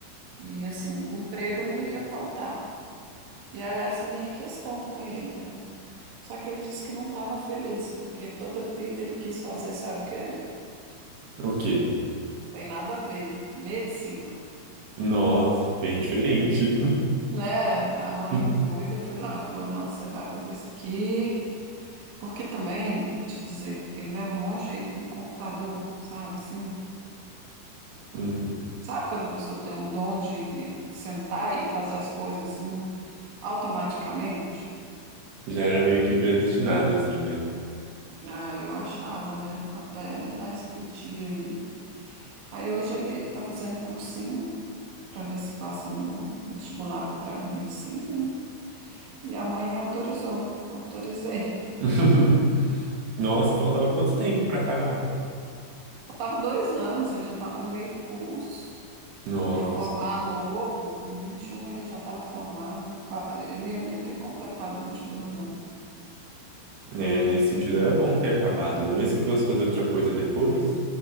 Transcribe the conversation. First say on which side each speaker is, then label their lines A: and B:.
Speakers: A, on the right; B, on the right.
A: E assim, emprego não ia faltar. E era essa a minha questão com ele, né? Só que ele disse que não estava feliz, porque toda vida ele quis fazer, sabe o quê?
B: O quê?
A: Tem nada a ver, medicina.
B: Nossa, bem diferente.
A: Né? A mãe
B: <laughs>
A: doida foi lá, falou: não, você vai fazer isso aqui. Porque também, vou te dizer, ele leva o maior jeito com o computador, sabe? Assim,
B: Uhum.
A: sabe quando a pessoa tem um dom de eh, sentar e fazer as coisas assim automaticamente?
B: Já era meio que predestinado, assim, né?
A: Ah, eu achava, né? Até ele dar esse piti aí. Aí hoje ele tá fazendo cursinho para ver se passa no vestibular para medicina, né? E a mãe autorizou, autorizei. <laughs>
B: <laughs> Nossa, faltava
A: Hum.
B: quanto tempo pra acabar?
A: Eu tava dois anos, ele já estava no meio do curso.
B: Nossa,
A: Ia formar novo, com 21 ele já estava formado, qua- ele não ia nem ter completado 22 anos,
B: né? Nesse sentido era bom ter acabado, né? Mesmo que fosse fazer outra coisa depois,